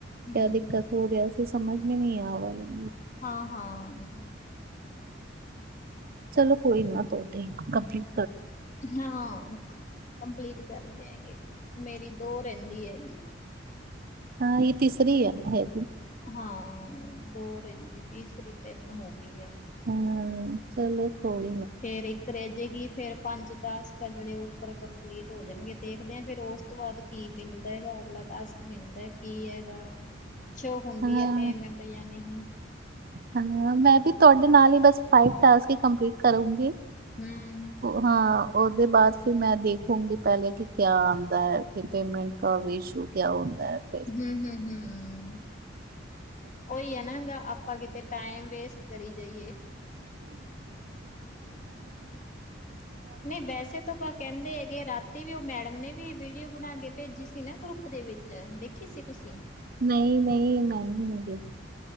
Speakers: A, on the left (about 40°); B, on the right (about 50°).
A: ਹੂੰ
B: ਕਿਆ ਦਿੱਕਤ ਹੋ ਰਿਹਾ ਸੀ। ਸਮਝ ਮੈਨ ਆਵੱਲ <unintelligible>
A: ਹਾਂ ਹਾਂ
B: ਚਲੋ ਕੋਈ ਨਾ ਤੁਹਾਡੇ ਕੰਪਲੀਟ
A: ਹਾਂ ਕੰਪਲੀਟ ਕਰਦਿਆਂਗੇ ਮੇਰੀ ਦੋ ਰਹਿੰਦੀ ਹੈਗੀ ਕਰ ਦਿਆਂਗੇ
B: ਹਾਂ ਇਹ ਤਸਰੀ ਹੈ ਨਾ ਹੈ
A: ਹਾਂ ਦੋ ਰਹਿੰਦੀ ਤੀਸਰੀ ਤਿੰਨ ਹੋ ਗਈ ਹੈ
B: ਹਾਂ ਚਲੋ ਕੋਈ ਨਾ
A: ਫਿਰ ਇੱਕ ਰਹਿ ਜਾਏਗੀ ਫਿਰ ਪੰਜ ਟਾਸਕ ਆ ਜਿਹੜੇ ਉੱਪਰ ਕੰਪਲੀਟ ਹੋ ਜਾਣਗੇ ਦੇਖਦੇ ਆਂ ਫਿਰ ਉਸ ਤੋਂ ਬਾਅਦ ਕੀ ਮਿਲਦਾ ਹੈਗਾ ਅਗਲਾ ਟਾਸਕ ਮਿਲਦਾ ਕੀ ਹੈਗਾ ਸ਼ੋ ਹੁੰਦੀ
B: ਹਾਂ
A: ਹੈ ਪੇਮੈਂਟ ਜਾਂ ਨਹੀਂ
B: ਹਾਂ ਮੈਂ ਵੀ ਤੁਹਾਡੇ ਨਾਲ ਹੀ ਬਸ ਫਾਈਵ ਟਾਸਕ ਕੰਪਲੀਟ ਕਰੂੰਗੀ
A: ਹਮ
B: ਹਾਂ ਉਹਦੇ ਬਾਅਦ ਫਿਰ ਮੈਂ ਦੇਖੂੰਗੀ ਪਹਿਲੇ ਕਿ ਕਿਆ ਆਉਂਦਾ ਹੈ ਕਿ ਪੇਮੈਂਟ ਕਾ ਵੀ ਇਸ਼ੂ ਕਿਆ ਹੁੰਦਾ ਹੈ ਫਿਰ
A: ਹਮ ਹਮ ਹਮ ਉਹੀ ਹੈ ਨਾ ਗ ਆਪਾਂ ਕਿਤੇ ਟਾਈਮ ਵੇਸਟ ਕਰੀ ਜਾਈਏ ਨਹੀਂ ਵੈਸੇ ਤਾਂ ਕਹਿੰਦੇ ਹੈਗੇ ਰਾਤੀ ਵੀ ਉਹ ਮੈਡਮ ਨੇ ਵੀ ਵੀਡੀਓ ਬਣਾ ਕੇ ਭੇਜੀ ਸੀ ਨਾ ਗਰੁੱਪ ਦੇ ਵਿੱਚ ਦੇ ਖਸੀੇ ਤੁਸੀਂ <unintelligible>
B: ਨਹੀਂ ਨਹੀਂ ਮੈਂ ਨਹੀਂ